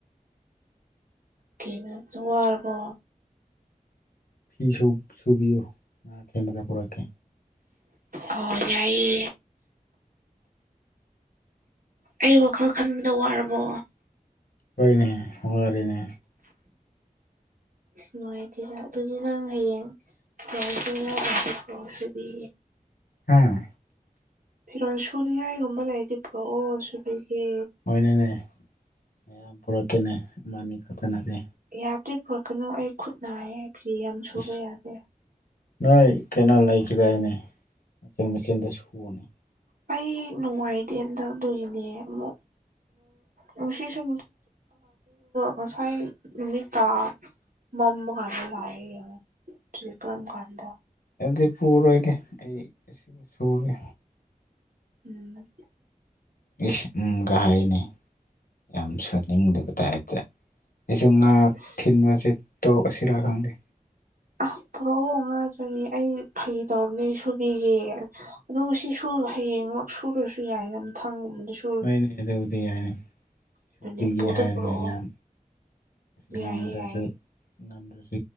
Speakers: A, on the right; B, on the left.
A: ꯀꯅꯁꯨ ꯋꯥꯔꯔꯕꯣ
B: ꯐꯤꯁꯨ ꯁꯨꯕꯤꯌꯨ ꯉꯥ ꯑꯊꯦꯟꯕꯗ ꯄꯨꯔꯛꯀꯦ꯫
A: ꯑꯣ ꯌꯥꯏꯑꯌꯦ꯫ ꯑꯩ ꯋꯥꯈꯜ ꯈꯟꯕꯗ ꯋꯥꯔꯕꯣ꯫
B: ꯍꯣꯏꯅꯦ ꯋꯥꯔꯦꯅꯦ꯫
A: ꯑꯁ ꯅꯨꯡꯉꯥꯏꯇꯦ ꯑꯗꯨꯗꯤ ꯅꯪ ꯍꯌꯦꯡ꯫ <unintelligible> ꯀꯣꯁꯤꯕꯤ
B: ꯍꯥꯥ
A: ꯐꯤꯔꯣꯟꯜ ꯁꯨꯅꯤꯡꯉꯥꯏꯒꯨꯝꯕ ꯂꯩ ꯄ꯭ꯔꯣꯑꯣ ꯁꯨꯕꯤꯒꯦ
B: ꯍꯣꯏꯅꯅꯦ ꯃꯌꯥꯝ ꯄꯨꯔꯛꯀꯦꯅꯦ ꯑꯃꯅꯤꯅꯤ ꯈꯛꯇ ꯅꯠꯇꯦ꯫
A: ꯌꯥꯝꯗꯤ ꯄꯨꯔꯛꯀꯅꯨ ꯑꯩ ꯈꯨꯠ ꯅꯥꯌꯦ ꯐꯤ ꯌꯥꯝ ꯁꯨꯕ
B: ꯏꯁ
A: ꯌꯥꯗꯦ꯫
B: ꯅꯣꯏ ꯀꯩꯅꯣ ꯂꯩꯈꯤꯗꯏꯅꯦ ꯃꯆꯤꯟ ꯃꯆꯤꯟꯗ ꯁꯨꯕꯅꯤ
A: ꯃꯩ ꯅꯨꯡꯉꯥꯏꯇꯦ ꯍꯟꯗꯛ ꯑꯗꯨꯒꯤꯅꯦ ꯑꯃꯨꯛ꯫ ꯅꯨꯁꯤ ꯁꯨ ꯉꯁꯥꯏ ꯅꯨꯃꯤ ꯇꯥ ꯃꯥꯃ ꯈꯥꯟꯗ ꯂꯥꯑ ꯇꯀ꯭ꯔꯝ ꯈꯥꯟꯗ
B: ꯑꯗꯨꯗꯤ ꯄꯨꯔꯣꯏꯒꯦ ꯑꯩꯗ ꯁꯒꯦ
A: ꯎꯝ
B: ꯏꯁ ꯎꯝ ꯀꯍꯥꯏꯅꯦ ꯌꯥꯝ ꯁꯨꯅꯤꯡꯗꯕ ꯇꯥꯏꯦ ꯑꯩꯁꯨ ꯉꯥ
A: ꯑꯁ
B: ꯊꯤꯟꯕꯁꯦ ꯇꯧ ꯑꯁꯤꯔꯥ ꯈꯪꯗꯦ
A: ꯑ ꯄꯨꯔꯛꯑꯣ ꯉꯥ ꯆꯅꯤ ꯑꯩ ꯐꯩ ꯇꯧꯕꯅꯦ ꯁꯨꯕꯤꯒꯦ ꯑꯗꯨ ꯁꯤꯁꯨ ꯍꯌꯦꯡꯃꯛ ꯁꯨꯔꯁꯨ ꯌꯥꯏꯅꯝꯊꯪꯒꯨꯝꯕꯗꯁꯨ
B: ꯍꯣꯏꯅꯦꯗꯕꯨꯗꯤ ꯌꯥꯏꯅꯦ ꯁꯨꯕꯤꯒꯦ
A: ꯑꯗꯨꯅꯦ ꯄꯨꯗ
B: ꯍꯥꯏꯔꯒ
A: ꯄꯨꯔꯛꯑꯣ
B: ꯌꯥꯝ ꯉꯝꯗ꯭ꯔꯁꯨ
A: ꯌꯥꯏꯌꯦ ꯌꯥꯏꯌꯦ
B: ꯉꯝꯗ꯭ꯔꯁꯨ